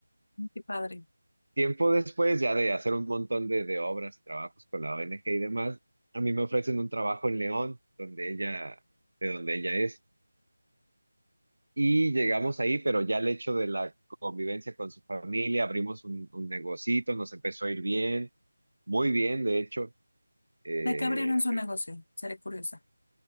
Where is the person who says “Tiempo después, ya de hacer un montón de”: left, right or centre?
Right